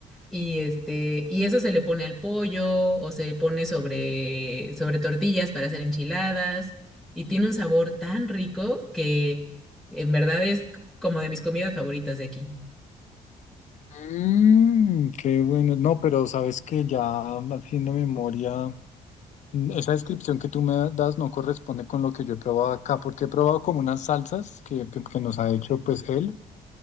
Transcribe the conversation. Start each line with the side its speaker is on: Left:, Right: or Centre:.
Centre: Y este, y eso se le pone al pollo o se le pone sobre sobre tortillas para hacer enchiladas y tiene un sabor tan rico que en verdad es c- como de mis comidas favoritas de aquí.
Left: Mm, qué bueno. No, pero sabes que ya haciendo memoria, mm, esa descripción que tú me das no corresponde con lo que yo he probado acá, porque he probado como unas salsas que, que- que nos ha hecho pues él,